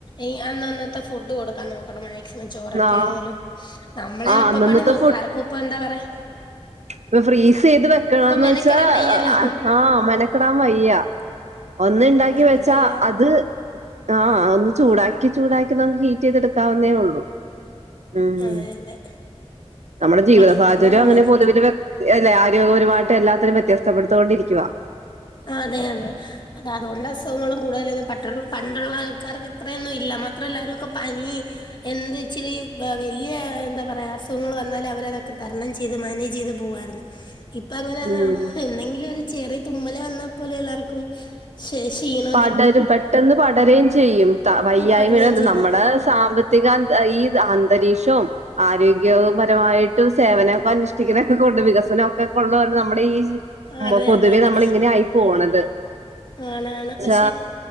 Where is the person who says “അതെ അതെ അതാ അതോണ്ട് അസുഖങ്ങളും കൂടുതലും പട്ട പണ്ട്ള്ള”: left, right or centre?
Left